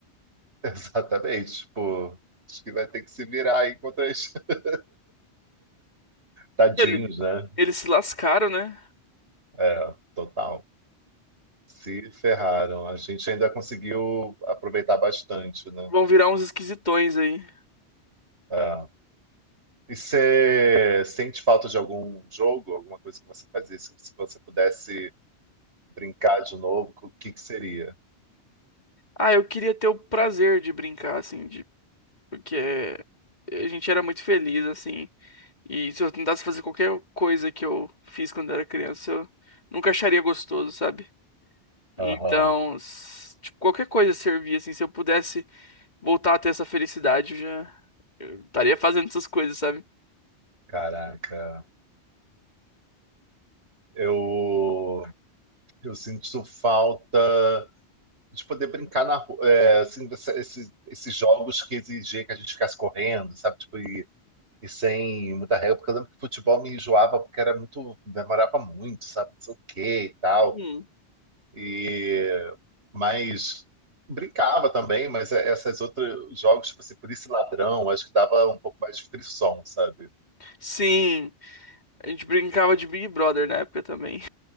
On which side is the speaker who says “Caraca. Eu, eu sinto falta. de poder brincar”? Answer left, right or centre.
Right